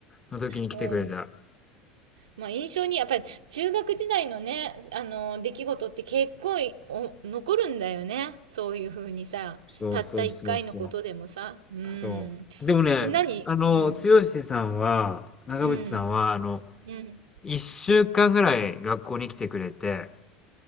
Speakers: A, on the left; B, on the right.
A: の時に来てくれた。
B: うん。まあ印象に、やっぱり中学時代のね、あの、出来事って結構いお残るんだよね。そういうふうにさ、
A: そうそうそうそう。
B: たった一回のことでもさ。うん。
A: そう。でもね、
B: 何うん。
A: あの、剛さんは、長渕さんは、
B: うん。
A: あの、
B: うん。
A: 1週間ぐらい学校に来てくれて、